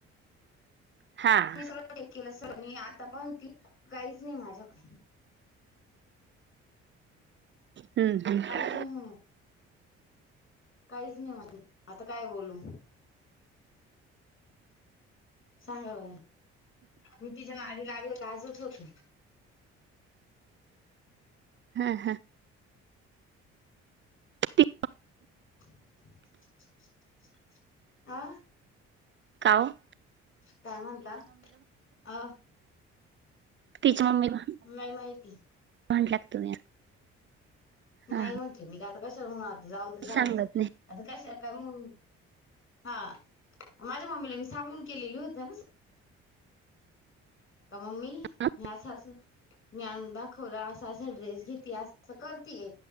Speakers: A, on the right; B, on the left.
A: हां
B: मी सगळं केलं अस आता पहून ती काहीच नाही माझ्याकडे.
A: हम्म.
B: हं अ काहीच नाही म्हणाली आता काय बोलू. सांगा बर. किती जन आधी लागले? काय असच होत.
A: हां हां. ती.
B: <unintelligible> आं.
A: का वो.
B: काय म्हणता? अ.
A: तिच्या मम्मीला.
B: नाई माइती.
A: <unintelligible> हा
B: नाही म्हंटले मी ते आता कशाला म्हणू आता जाऊ ते झालंचय.
A: सांगत नाही
B: आता कशा काय म्हणू, हां, माझ्या मम्मीला मी सांगून केलेली होत ना. अ, मम्मी
A: हा?
B: मी असं अस ज्ञान दाखवलं अस अस ड्रेस घेतीया अस अ, करतीय